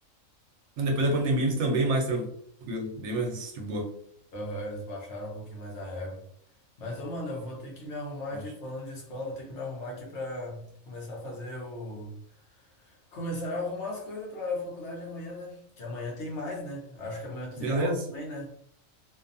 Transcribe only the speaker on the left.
Aham, eles baixaram um pouquinho mais a régua. Mas, ô, mano, eu vou ter que me arrumar
aqui, falando de escola, vou ter que me arrumar aqui pra começar a fazer o. Começar a arrumar as coisas pra faculdade amanhã, né? Que amanhã tem mais, né? Acho que amanhã tu
tem aula também, né?